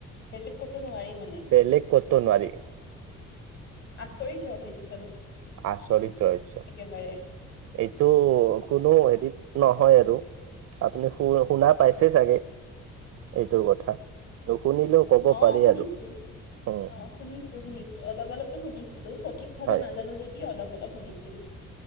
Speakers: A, on the left; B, on the right.
A: বেলেগ কতো নোৱাৰি মানে
B: বেলেগ ক'তো নোৱাৰি
A: আচৰিত ৰহৈস
B: আচৰিত ৰহস্য
A: একেবাৰে
B: এইটো কোনো হেৰি নহয় আৰু আপুনি শু শুনা পাইছে চাগে এইটোৰ কথা নুশুনিলেও ক'ব
A: অ
B: পাৰি
A: শুনিছো
B: আৰু উম
A: অ শুনিছো শুনিছো অলপ অলপকে শুনিছো। ঠিক ভাৱ
B: হয়
A: নাজানো যদি অলপ অলপ শুনিছোঁ